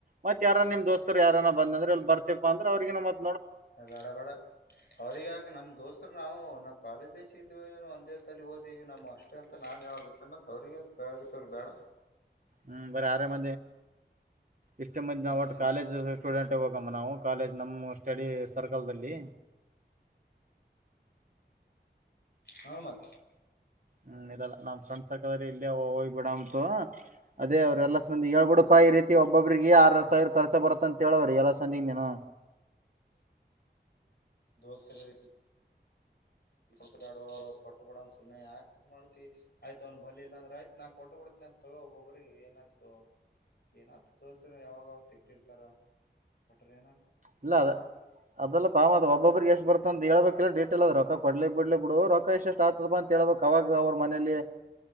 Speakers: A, on the right (about 45°); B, on the left (about 60°).
A: ಮತ್ ಯಾರ ನಿಮ್ ದೋಸ್ತರು ಯಾರ ಬಂದ್ರ ಎಲ್ಲಿ ಬರ್ತತಿಪ ಅಂದ್ರೆ ಅವ್ರಗನ ಮತ್ತೆ
B: ಬೇಡ ಬೇಡ ಅವ್ರಗಾಕ ನಮ್ ದೋಸ್ತ್ ನಾವು ನಾವವು ಕಾಲೇಜ್ ದಸ ಇದ್ದೀವಿ ಒಂದೇ ತಲಿ ಓದಿವವಿ ನಮ್ ಅಷ್ಟೇ ಅಂತ ನಾನ್ ಹೇಳುತ್ತೆಮ್ಮ ಅವ್ರರಿಗೆ ತ ರಪಳ
A: ಹ್ಮ್ ಬರ ಆರ ಮ ಇಷ್ಟ ಮ ನವು
B: ಹ್ಮ್
A: ಕಾಲಜ ಸ್ಟೂಡೆಂಟ್ ಹಮ್ಮ ನಾವು ಕಾಲೇಜ್ ನಮ್ಮ ಸ್ಟಡಿ ಸರ್ಕಲ್ಲ್ಲಿ
B: ಹಾ ಮತ್
A: ಹ್ಮ್ ಇದೆಲ್ಲ ನಾ್ ಕಂಡ್ಸಕ್ರೆ ಇಲ್ಲೇ ಹೋಗ್ಬ ಬಿಡ ಅಂತು ಅದೇ ಅವ್ರ ಎಲ್ಲಾಬಂದಿ ಹೇಳ್ಬಿಡಪಾ ಈ ರೀತಿ ಒಬ್ಬೊಬ್ರಿಗೆ ಸಾವಿರ ರ್ಚ ಬರತ್ತ ಅಂತ ಹೇಳವ್ರಿ ಎಲ್ಲಾ ಸಂದಿ ನೀಿನ
B: ದೋಸ್ತಚ ಡು ಕೊಟ್ಟಬಡ್ ಸುಮ್ಮನೆ ಆಾಕ್ತ ಮಾಡ್ತಿ ಆಯ್ತ ಅವ್ ಬಲಿ ಇ ಅಂದ್ರ ಆಯ್ತ ನಾ ಕೊಟ್ಟಬ ಬಿಡ್ತನಿ ತಗೋ ಒಬ್ಬೊಬ್ರ ಏನಾಯತು ಏನತ ದೋಸ್ತಿರು ಯಾವಾಗಾವ ಸಿಕ್ತಿರ್ತಾರ ುಟ್ಟ ರನಾ
A: ಇಲ್ಲ ಅದ ಅದೆಲ್ಲ ಪಾಾಮ ಅದ ಒಬೊಬಿಗೆ ಎಷ್ಟ ಬರ್ತ ಅಂತ ಹ ಹೇಳಬೇಕಲ್ಲ ಡೀಟಲ್ದ ರೊ ಕೊಡ್ಲಿ ಬಿಡ್ಲಿ ಬಿಡು ರೊಕ್ಕ ಎಷ್ಟ ಆತದ ಅಂತ ಹೇಬೇಕಕ್ ಅವಾಗ ಅವ್ರ ಮನೇಲಿ